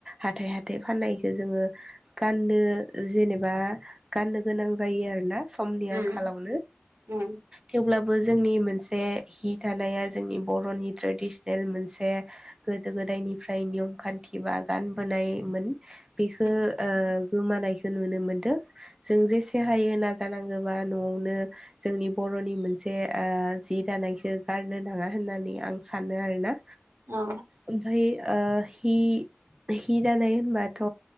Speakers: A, on the right; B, on the right.
A: हाथाय हाथाय फाननायखौ जोङो गाननो जेनेबा गाननो गोनां जायो आरोना समनि
B: उम
A: आंखालावनो
B: उम
A: थेवब्लाबो जोंनि मोनसे हि थानाया बर'नि ट्रेडिसनेल मोनसे गोदो गोदायनिफ्राय नियम खान्थि बा गानबोनायमोन बेखो
B: उम
A: ओ गोमानायखौ नुनो मोनदों जों जेसे हायो नाजानांगोबा न'आवनो जोंनि बर'नि मोनसे ओ जि दानायखो गारनो नाङा होननानै आं सानो आरोना
B: औ
A: ओमफाय ओ हि हि दानाय होनबाथ'